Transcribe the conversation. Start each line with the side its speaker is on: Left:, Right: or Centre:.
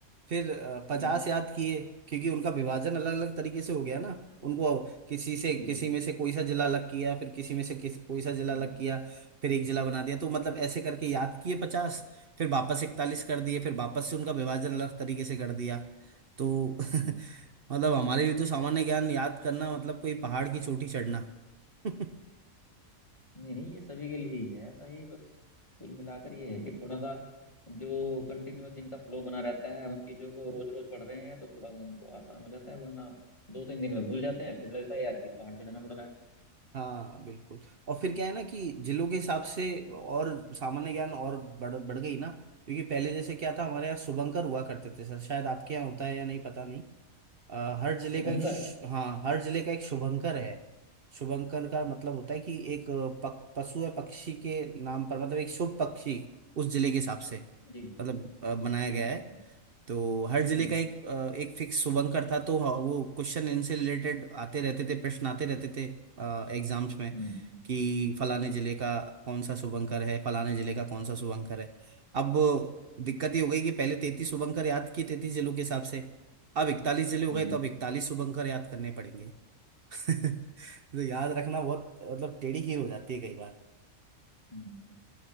Right: फिर पचास
Left: हम्म
Right: याद किए क्योंकि उनका विभाजन अलग अलग तरीके से हो गया ना उनको किसी से
Left: बिल्कुल
Right: किसी में से कोई सा जिला अलग किया फिर किसी में से किस कोई सा जिला
Left: हम्म,
Right: अलग किया फिर एक जिला बना दिया तो मतलब ऐसे करके याद किए पचास फिर वापस इकतालीस कर दिए फिर वापस से उनका विभाजन अलग तरीके से कर दिया तो <laughs>
Left: हम्म।
Right: मतलब हमारे लिए तो सामान्य ज्ञान याद करना मतलब कोई पहाड़ की चोटी चढ़ना <laughs>
Left: नहीं नहीं ये सभी के लिए ही है ऐसा ही बस कुल मिलाकर ये है कि थोड़ा सा जो कंटिन्यूस जिनका फ्लो बना रहता है उन चीज़ों को रोज रोज पढ़ रहे हैं तो थोड़ा सा उनको आसान हो जाता है वरना दो तीन दिन में भूल जाते हैं फिर लगता है यार फिर पहाड़ चढ़ना पड़ रहा है
Right: हाँ बिल्कुल और फिर क्या है ना कि जिलों के हिसाब से और सामान्य ज्ञान और बढ़ बढ़ गई ना क्योंकि पहले जैसे क्या था हमारे यहाँ शुभंकर हुआ करते थे सर शायद आपके यहाँ होता है या नहीं पता नहीं अ, हर जिले
Left: शुभंकर
Right: का एक शु- हाँ हर जिले का एक शुभंकर है शुभंकर का मतलब होता है कि एक पक, पशु या पक्षी के नाम पर मतलब एक शुभ पक्षी उस जिले के हिसाब से
Left: जी
Right: मतलब अ, बनाया गया
Left: अच्छा
Right: है
Left: अच्छा
Right: तो हर जिले
Left: हम्म
Right: का एक अ, एक फिक्स शुभंकर था तो ह- वो क्वेश्चन इनसे रिलेटेड आते रहते थे प्रश्न आते रहते थे एग्जाम्स में
Left: हम्म हम्म
Right: कि फलाने जिले का कौन सा शुभंकर है फलाने जिले का कौन सा शुभंकर है अब दिक्कत ये हो गई कि पहले तैतीस शुभंकर याद किए तैतीस जिलों के हिसाब से अब इकतालीस जिले हो
Left: हम्म
Right: गए तो अब इकतालीस शुभंकर याद करने पड़ेंगे <laughs> तो याद रखना बहुत मतलब टेढ़ी खीर हो जाती है कई बार
Left: हम्म।